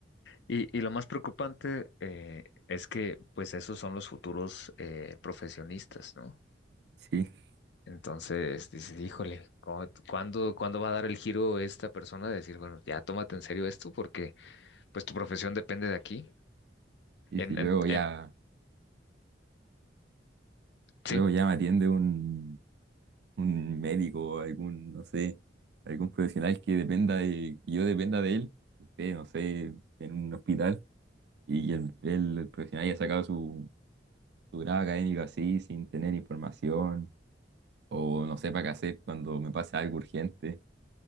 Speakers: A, on the left (about 65°); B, on the right (about 65°).
A: Y, y lo más preocupante eh, es que, pues, esos son los futuros eh, profesionistas, ¿no?
B: Sí,
A: Entonces, dices, híjole, ¿cómo- ¿cuándo, cuándo va a dar el giro esta persona de decir, bueno, ya tómate en serio esto porque, pues, tu profesión depende de aquí?
B: y
A: En,
B: si luego
A: en- en-
B: ya,
A: sí,
B: luego ya me atiende un, un médico o algún, no sé, algún profesional que dependa de, que yo dependa de él, que esté, no sé, en un hospital y el, el, el profesional haya sacado su, su grado académico así, sin tener información o no sepa qué hacer cuando me pase algo urgente.